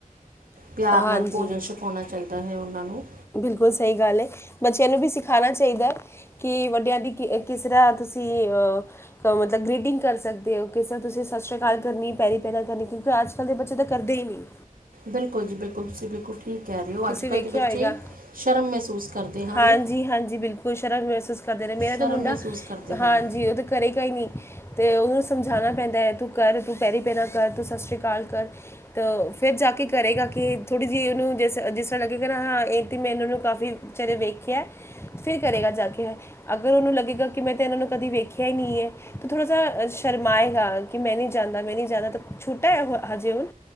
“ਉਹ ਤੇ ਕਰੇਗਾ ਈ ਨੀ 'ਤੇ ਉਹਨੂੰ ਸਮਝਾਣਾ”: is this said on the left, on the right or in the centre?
Left